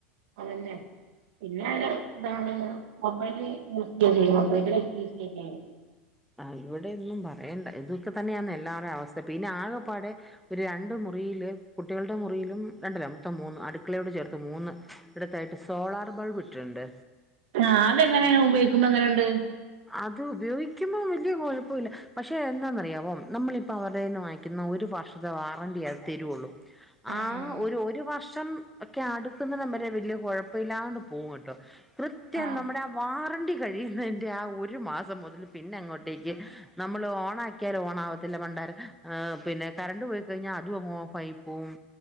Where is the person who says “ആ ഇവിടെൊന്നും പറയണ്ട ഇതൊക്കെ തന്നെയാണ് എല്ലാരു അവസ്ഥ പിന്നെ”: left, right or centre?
Centre